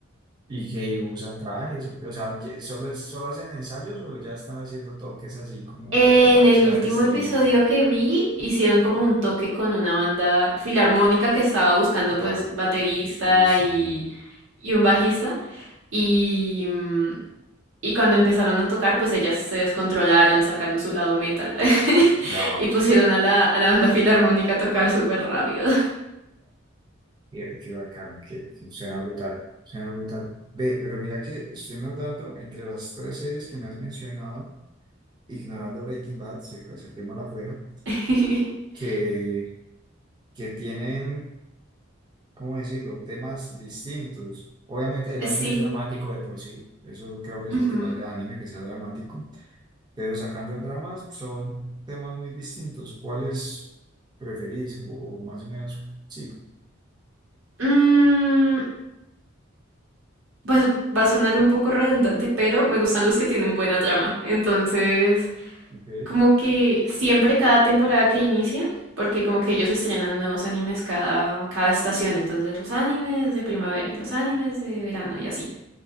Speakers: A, on the right; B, on the right.
A: ¿Y que usan trajes? ¿O qué? O sea, ¿que ¿solo, es- solo hacen ensayos o ya están haciendo toques así como
B: En
A: en bares
B: el
A: clandestinos?
B: último episodio que vi, hicieron como un toque con una banda filarmónica que estaba buscando
A: No,
B: pues baterista
A: bellísimo.
B: y, y un bajista. Y, mm, y cuando empezaron a tocar, pues ellas se descontrolaron, sacaron su lado metal <laughs>
A: No,
B: y pusieron a la, a la banda filarmónica a tocar súper rápido.
A: Mira, Qué bacán, que suena brutal, suena brutal. Ve, pero mira que estoy notando entre las tres series que me has mencionado, ignorando Breaking Bad, se- saquémosla afuera,
B: <laughs>
A: que, que tienen, ¿cómo decirlo?, temas distintos. Obviamente el anime
B: Sí.
A: es dramático de por sí, eso creo que es
B: ujú.
A: lo que lo hace el anime, que sea dramático, pero sacando el drama son temas muy distintos. ¿Cuáles preferís? O, o más o menos, sí,
B: Mm, pues va a sonar un poco redundante, pero me gustan los que tienen buena trama. Entonces...
A: ok.
B: Como que siempre cada temporada que inicia, porque como que ellos estrenan nuevos animes cada, cada estación, entonces los animes de primavera y los animes de verano y así.